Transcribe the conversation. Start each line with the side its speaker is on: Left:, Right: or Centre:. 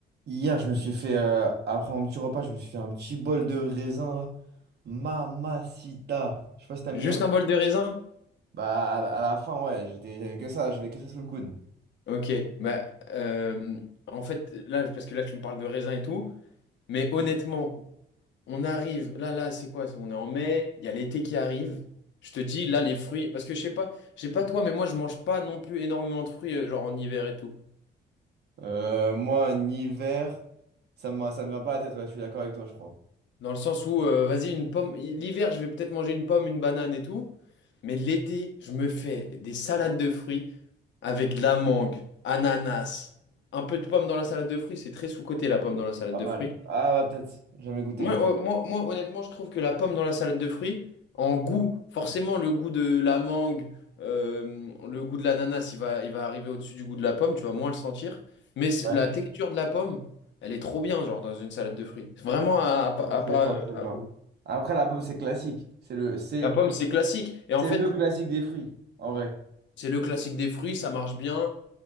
Right: Hier, je me suis fait, euh, après mon petit repas, je me suis fait un petit bol de raisin, là. Mamacita. Je sais pas si t'aimes
Left: Juste
Right: bien.
Left: un bol de raisin?
Right: Bah, à la, à la fin, ouais, j'étais, j'avais que ça, j'avais que ça sous le coude.
Left: Ok. Bah, euh, en fait, là, parce que là, tu me parles de raisin et tout, mais honnêtement, on arrive. Là, là, c'est quoi ça? On est en mai, il y a l'été qui arrive. Je te dis, là, les fruits. Parce que je sais pas, je sais pas toi, mais moi, je mange pas non plus énormément de fruits, euh, genre en hiver et tout.
Right: Euh, moi, en hiver, ça me, ça me vient pas à la tête, ouais, je suis d'accord avec toi, je crois.
Left: Dans le sens où, euh, vas-y, une pomme. L'hiver, je vais peut-être manger une pomme, une banane et tout. Mais l'été, je me fais des salades de fruits avec de la mangue, ananas, un peu de pomme dans la salade de fruits. C'est très sous-coté, la pomme dans la salade
Right: Pas
Left: de
Right: mal.
Left: fruits.
Right: Ah ouais, peut-être, jamais goûté.
Left: Moi, euh, moi, moi, honnêtement, je trouve que la pomme dans la salade de fruits, en goût, forcément, le goût de la mangue, euh, le goût de l'ananas, il va, il va arriver au-dessus du goût de la pomme, tu vas moins le sentir. Mais c-
Right: Ouais,
Left: la texture de la pomme, elle est trop bien, genre, dans une salade de fruits. C'est Vraiment, à, à pas-
Right: Ouais,
Left: à
Right: je suis
Left: pas-
Right: d'accord, je suis d'accord.
Left: à-
Right: Après, la pomme, c'est classique. C'est le, c'est,
Left: la pomme, c'est classique. Et en
Right: c'est
Left: fait,
Right: le classique des fruits, en vrai.
Left: c'est le classique des fruits, ça marche bien.